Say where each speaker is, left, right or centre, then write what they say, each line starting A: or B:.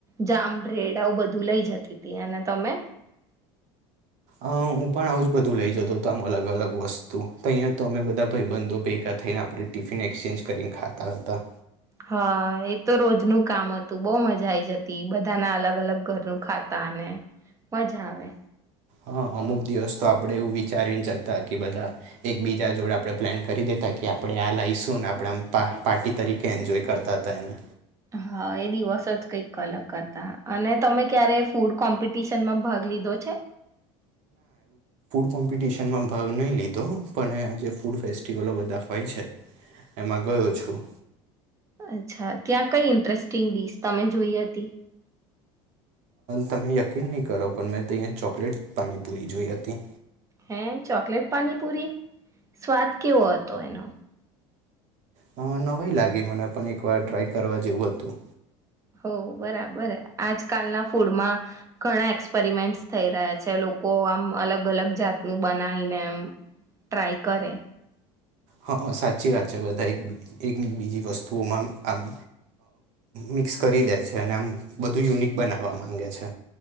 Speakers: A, on the right; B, on the right.
A: જામ બ્રેડ આવું બધું લઇ જતી હતી અને તમે
B: અ હું પણ આવું જ બધું લઇ જતો હતો આમ અલગ અલગ વસ્તુ તો અહીંયા તો અમે બધા ભાઈબંધો ભેગા થઈને આપણે ટીફિન એક્સચેન્જ કરીને ખાતા હતા
A: હા એ તો રોજનું કામ હતું બહુ મજા આઈ જતી બધાના અલગ અલગ ઘરનું ખાતા અને મજા આવે
B: હા અમુક દિવસ તો આપણે એવું વિચારીને જતા કે બધા એક બીજા જોડે આપણે પ્લાન કરી દેતા કે આપણે આ લઈશું ને આપણે પાર્ટી તરીકે એન્જોય કરતા હતા એને
A: હા એ દિવસ જ કઈક અલગ હતા અને તમે ક્યારે ફૂડ કોમ્પિટશ માં ભાગ લીધો છે
B: કોમ્પિટશનમાં ભાગ નહી લીધો પણજ ફૂડ ફેસ્ટિવલો બધા હોય છે એમાં ગયો છું
A: અચ્છા ત્યાં કઈ ઇન્ટરેસ્ટિંગ ડીચ તમે જોઈ હતી
B: તમે યકીન નહી કરો પણ મેં ત અહીંયા ચોકલેટ પાણીપુરી જોઈ હતી
A: હે ચોકલેટ પાણીપુરી સ્વાદ કેવો હતો એનો
B: હ નવીઈ લાગી મને પણ એક વાર ટ્રાય કરવા જેવું હતું
A: હો બરાબર આજકાલના ફૂડમાં ઘણા એક્સપેરિમેન્ટસ થઈ રહ્યા છે લોકો આમ અલગ અલગ જાતનું બનાવીને આમ ટ્રાય કરે
B: હા સાચી વાત છે બધા એક એક બીજી વસ્તુઓમાં આમ મિક્સ કરી દે છે અને આમ બધું યુનિક બનાવવા માંગે છે